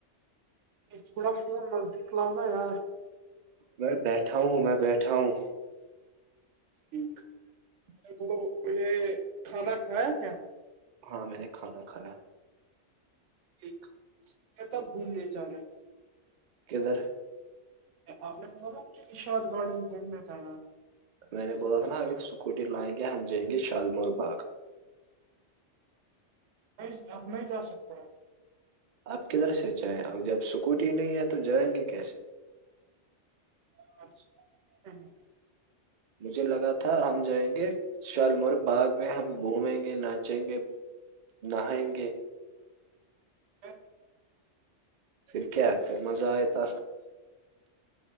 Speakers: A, on the right (about 80°); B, on the right (about 60°).
A: ایک تھوڑا فون نزدیک لاؤ نا یار
B: میں بیٹھا ہوں میں بیٹھا ہوں
A: میں تو یہ کھانا کھایا کیا
B: ہاں میں نے کھانا کھایا
A: ایک کب گھومنے جانا ہے
B: کدھر
A: آپ نے کہا تھا مجھے نشاد گارڈن گھومنے تھا نا
B: میں نے بولا تھا نا اگر اسکوٹیر لائیں گے ہم جائیں گے شالمگر باغ
A: نہیں اب نہیں جا سکتے ہیں
B: آپ کدھر سے جائیں اور جب اسکوٹی نہیں ہے تو جائیں گے کیسے
A: <inaudible>
B: مجھے لگا تھا ہم جائیں گے شالمور باغ میں ہم گھومیں گے ناچیں گے نہائیں
A: ہاں
B: پھر کیا پھر مزہ آئےتا